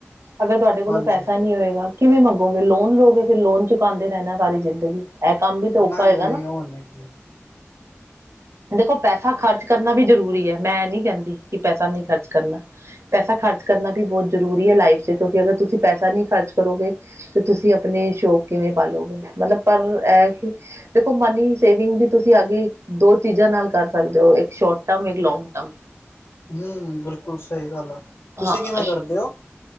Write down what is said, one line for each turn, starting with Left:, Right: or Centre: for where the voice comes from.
Right: ਅਗਰ ਤੁਹਾਡੇ ਕੋਲੋਂ
Left: ਹਾਂਜੀ
Right: ਪੈਸਾ ਨਈ ਹੋਏਗਾ। ਕਿਵੇਂ ਮੰਗੋਗੇ ਲੋਨ ਲਓ ਗਏ ਕਿ ਲੋਨ ਚੁਕਾਉਂਦੇ ਰਹਿਣਾ ਸਾਰੀ ਜ਼ਿੰਦਗੀ ਇਹ ਕੰਮ ਵੀ ਤਾਂ ਔਖਾ
Left: ਨਹੀਂ
Right: ਹੈਗਾ
Left: ਨਹੀਂ
Right: ਨਾ।
Left: ਉਹ ਨਹੀਂ ਜੀ
Right: ਦੇਖੋ ਪੈਸਾ ਖ਼ਰਚ ਕਰਨਾ ਵੀ ਜ਼ਰੂਰੀ ਐ ਮੈਂ ਇਹ ਨੀ ਕਹਿੰਦੀ ਕਿ ਪੈਸਾ ਨੀ ਖਰਚ ਕਰਨਾ। ਪੈਸਾ ਖਰਚ ਕਰਨਾ ਵੀ ਬਹੁਤ ਜ਼ਰੂਰੀ ਐ ਲਾਈਫ 'ਚ ਕਿਉਂਕਿ ਅਗਰ ਤੁਸੀਂ ਪੈਸਾ ਨਹੀਂ ਖਰਚ ਕਰੋਗੇ। ਕਿ ਤੁਸੀਂ ਆਪਣੇ ਸ਼ੌਕ ਕਿਵੇਂ ਪਾਲੋਗੇ ਮਤਲਬ ਪਰ ਇਹ ਕਿ ਦੇਖੋ ਮਨੀ ਸੇਵਿੰਗ ਵੀ ਤੁਸੀਂ ਅਗੇ ਦੋ ਚੀਜ਼ਾਂ ਨਾਲ ਕਰ ਸਕਦੇ ਔ ਇੱਕ ਸ਼ੋਰਟ ਟਰਮ ਇੱਕ ਲੌਗ ਟਰਮ।
Left: ਹੂੰ ਬਿਲਕੁਲ ਸਹੀ ਗੱਲ ਆ, ਤੁਸੀਂ
Right: ਹਾਂ
Left: ਕਿਵੇਂ
Right: ਸ਼
Left: ਕਰਦੇ ਔ?